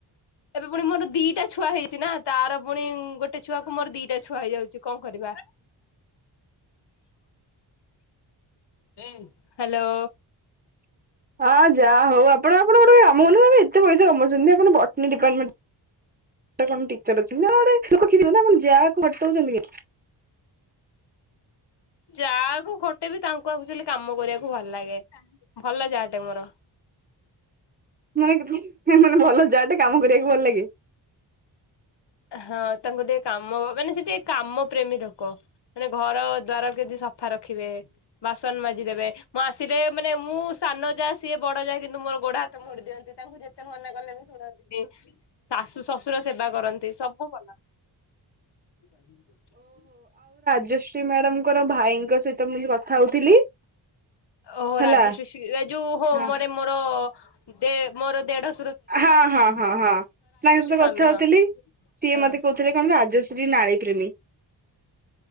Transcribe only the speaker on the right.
ହଁ ଯାହା ହଉ ଆପଣ ଆପଣ ଗୋଟେ କାମ କରୁନାହାନ୍ତି ଏତେ ପଇସା କମଉଛନ୍ତି ଆପଣ ବଟନି ଡିପାର୍ଟମେଣ୍ଟ <inaudible> ରେ କଣ ଗୋଟେ ଟିଚର ଅଛନ୍ତି। <inaudible> ଦେଖିଥିବେ ନା ଆପଣ ଯାଆ ଖଟଉଛନ୍ତି କି?
<inaudible> ମାନେ ଭଲ ଯାଆଟେ କାମ କରିବାକୁ ଭଲ ଲାଗେ?
ଶ୍ରୀ ମ୍ୟାଡାମଙ୍କର ଭାଇଙ୍କ ସହିତ ମୁଁ କଥା ହଉଥିଲି।
ହେଲା।
ହଁ
ହଁ ହଁ ହଁ ହଁ ତାଙ୍କ ସହିତ
କଥା ହଉଥିଲି
ସିଏ
ମତେ କହୁଥିଲେ କଣ ରାଜଶ୍ରୀ ନାଳି ପ୍ରେମୀ।